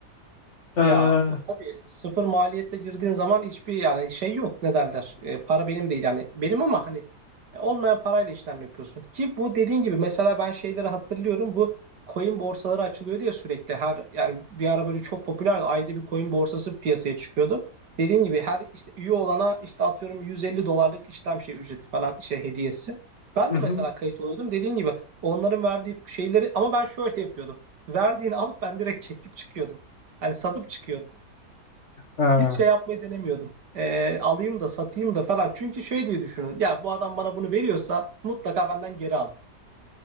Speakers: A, on the left (about 45°); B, on the right (about 85°).
A: Ee, hı
B: Ya o tabii sıfır maliyetle girdiğin zaman hiçbir yani şey yok ne derler E, para benim değil yani benim ama hani e, olmayan parayla işlem yapıyorsun ki bu dediğin gibi mesela ben şeyleri hatırlıyorum bu coin borsaları açılıyor diye sürekli her yani bir ara böyle çok popülerdi ayda bir coin borsası piyasaya çıkıyordu dediğin gibi her işte üye olana işte atıyorum 150 dolarlık işlem şey ücreti falan şey hediyesi ben
A: hı.
B: de mesela kayıt oluyordum dediğin gibi onların verdiği şeyleri ama ben şöyle yapıyordum verdiğini alıp ben direkt çekip çıkıyordum. Hani satıp çıkıyordum.
A: Ee,
B: Hiç şey yapmayı denemiyordum. Ee, alayım da satayım da falan. Çünkü şey diye düşünün. Ya bu adam bana bunu veriyorsa mutlaka benden geri alır.